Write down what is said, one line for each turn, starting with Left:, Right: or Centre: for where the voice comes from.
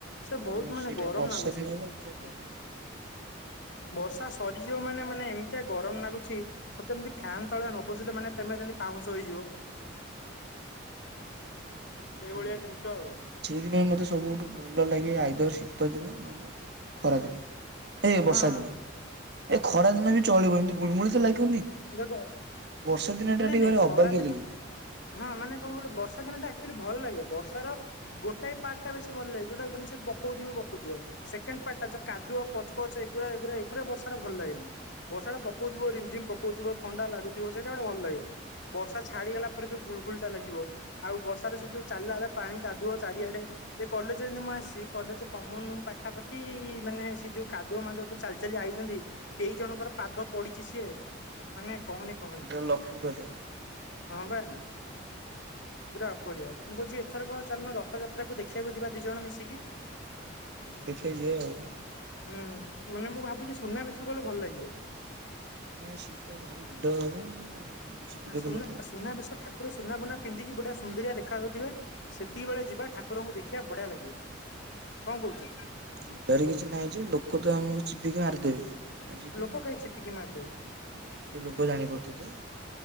Left: ସେ ବହୁତ
Right: ତ
Left: ମାନେ
Right: ସେଇଟା
Left: ଗରମ
Right: ବର୍ଷା
Left: ଲାଗୁଛି।
Right: ଦିନରେ ଗୋଟେ ପ୍ରୋବ୍ଲେମ।
Left: ବର୍ଷା ସରିଯିବ ମାନେ ମାନେ ଏମିତିଆ ଗରମ ଲାଗୁଛି ସତେ ଯେମିତି ଫ୍ୟାନ ତଳେ ନ ବସିଲେ ମାନେ ତେମେ ଯେମିତି ପାଉଁଶ ହେଇଯିବ। ଏଇଭଳିଆ
Right: ହୁଁ
Left: ଜିନିଷ ଆଉ।
Right: ସେଇଥିପାଇଁ ମୋତେ ସବୁଠୁ ଭଲ ଲାଗେ ଆଇଦର ଶୀତ ଦିନ ନହେଲେ ଖରା ଦିନ। ଏ
Left: ହଁ
Right: ବର୍ଷା ଦିନ ଏ ଖରା ଦିନ ବି ଚଳିବ ଏମିତି ଗୁଳମୁଳି ତ ଲାଗିବନି।
Left: ଦେଖ
Right: ବର୍ଷା ଦିନ
Left: ନାଇଁ
Right: ଟା ଟିକେ
Left: ନାଇଁ
Right: ଭାରି
Left: ଖରା
Right: ଅବାଗିଆ
Left: ଦିନ
Right: ଲାଗି
Left: ହଁ ମାନେ କଣ କହିଲ ବର୍ଷା ଦିନ ଟା ଆକ୍ଚୁଆଲି ଭଲ ଲାଗେ ବର୍ଷା ର ଗୋଟାଏ ପାର୍ଟ ଟା ବେଶୀ ଭଲ ଲାଗେ ଯୋଉଟା ମାନେ ସେ ପକଉଥିବ ପକଉଥିବ। ସେକେଣ୍ଡ ପାର୍ଟ ଯୋ କାଦୁଅ ପଚ ପଚ ଏଗୁରା ଏଗୁରା ଏଗୁୁରା ବର୍ଷାରେ ଭଲ ଲାଗେନି। ବର୍ଷା ଟା ପକଉଥିବ ରିମ୍ ଝିମ୍ ପକଉଥିବ ଥଣ୍ଡା ଲାଗୁଥିବ ସେଇଟା ଗୋଟେ ଭଲ ଲାଗେ। ବର୍ଷା ଛାଡିଗଲା ପରେ ଯୋଉ ଗୁଳ ଗୁଳି ଟା ଲାଗିବ ଆଉ ବର୍ଷାରେ ସେ ଯୋଉ ଚାଲିଲା ବେଳେ ପାଣି କାଦୁଅ ଚାରିଆଡେ ଏ କଲେଜ ଯେମତି ମୁଁ ଆସି କଲେଜ କମନ ରୁମ୍ ପାଖାପାଖି ମାନେ ସେ ଯୋଉ କାଦୁଅ ମାଦଅ କରି ଚାଲି ଚାଲି ଆଇଛନ୍ତି କେଇ ଜଣଙ୍କର ପାଦ ପଡିଛି ସିଏ ମାନେ କହନି କହନି
Right: ପୁରା ଲକ୍ଷ୍ମୀପାଦ।
Left: ହଁ ବା। ପୁରା ଅକଳିଆ ମୁଁ କହୁଛି ଏଥର କ ଚାଲୁନ ରଥଯାତ୍ରାକୁ ଦେଖିବାକୁ ଯିବା ଦି ଜଣ ମିଶିକି।
Right: ଦେଖିବାକୁ ଯିବା ଆଉ କଣ।
Left: ହୁଁ ମାନେ ମୁଁ ଭାବୁଛି ସୁନା ବେଶକୁ ଗଲେ ଭଲ ଲାଗିବ।
Right: ନାଇଁ ସିଏ ତ ଭାରି ଭିଡ ହବ ଆମକୁ ଚିପିଦେବେ
Left: ସୁନା
Right: ଲୋକ।
Left: ସୁନାବେଶ ଠାକୁର ସୁନାଫୁନା ପିନ୍ଧିକି ବଢିଆ ସୁନ୍ଦରିଆ ଦେଖା ଦେଖାଯାଉଥିବେ। ସେତିକି ବେଳେ ଯିବା ଠାକୁରଙ୍କୁ ଦେଖିବା ବଢିଆ ଲାଗିବ କଣ କହୁଛ?
Right: ଯିବାରେ କିଛି ନାହିଁ ଯେ ଲୋକ ତ ଆମକୁ ଚିପିକି ମାରିଦେବେ ଆଉ ଯିବ
Left: ଲୋକ
Right: କଣ।
Left: କାହିଁ ଚିପିକି ମାରିଦେବେ।
Right: ଆ ଏତେ ଲୋକ ଜାଣିପାରୁଛ ତ।